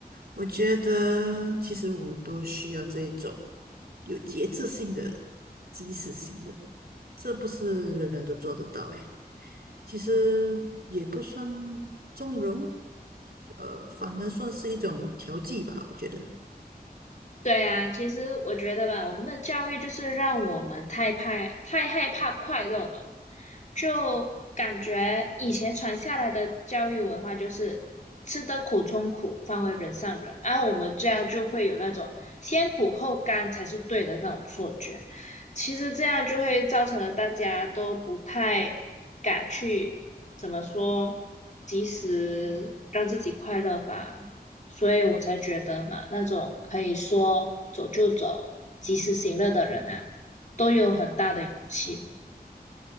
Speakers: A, on the right; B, on the left.
A: 我觉得其实我们都需要这一种有节制性的、及时性的。这不是人人都做得到诶。其实也不算纵容，呃，反正算是一种调剂吧，我觉得
B: 对啊，其实我觉得吧，我们的教育就是让我们太怕、太害怕快乐了，就感觉以前传下来的教育文化就是吃得苦中苦，方为人上人，而我们这样就会有那种先苦后甘才是对的那种错觉。其实这样就会造成了大家都不太敢去怎么说，及时让自己快乐吧。所以我才觉得嘛，那种可以说走就走、及时行乐的人啊，都有很大的勇气呢